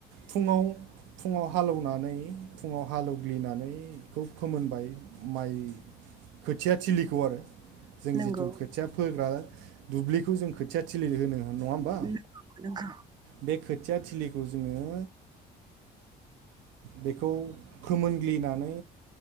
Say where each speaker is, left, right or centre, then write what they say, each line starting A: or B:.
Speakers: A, on the right; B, on the right.
A: फुंङाव फुंङाव हालेवनानै फुंङाव हालौवग्लिनानै खौ फोमोनबाय माइ खोथिया थिलिखौ आरो जों
B: नंगौ
A: जिथु खो खोथिया फोग्रा दुब्लिखौ जों खोथिया थिलि होनो नङा होमबा?
B: नंगौ नंगौ
A: बे खोथिया थिलिखौ जोङो बेखौ फोमोनग्लिनानै